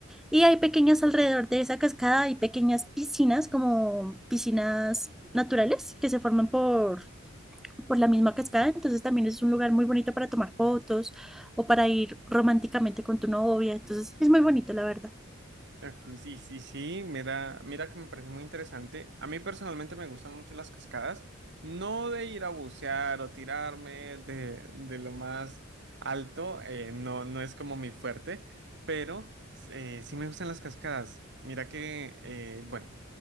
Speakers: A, in the centre; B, on the right.
A: Y hay pequeñas alrededor de esa cascada, hay pequeñas piscinas, como piscinas naturales que se forman por, por la misma cascada. Entonces también es un lugar muy bonito para tomar fotos o para ir románticamente con tu novia. Entonces es muy bonito, la verdad.
B: Aquí Sí, sí, sí, mira, mira que me parece muy interesante. A mí personalmente me gustan mucho las cascadas, no de ir a bucear o tirarme de, de lo más alto, eh, no, no es como mi fuerte, pero eh, sí me gustan las cascadas. Mira que, eh, bueno,